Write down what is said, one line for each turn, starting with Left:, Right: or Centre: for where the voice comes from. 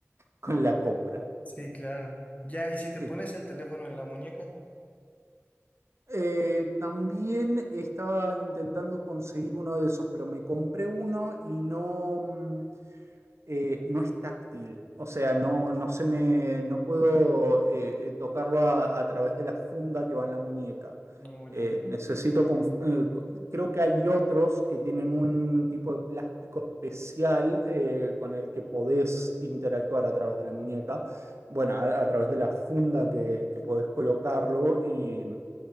Right: con la compra.
Left: Sí, claro. Ya, ¿y si te
Right: Eh,
Left: pones el teléfono en la muñeca?
Right: eh, también estaba intentando conseguir uno de esos, pero me compré uno y no, mm, eh, no es táctil, o sea, no, no se me, no puedo eh, eh, tocarlo a, a través de la funda que va en la muñeca.
Left: No, ya.
Right: Eh, necesito, conf- eh, co- creo que hay otros que tienen un tipo de plástico especial eh, con el que podés interactuar a través de la muñeca, bueno, a, a través de la funda que, que podés colocarlo y,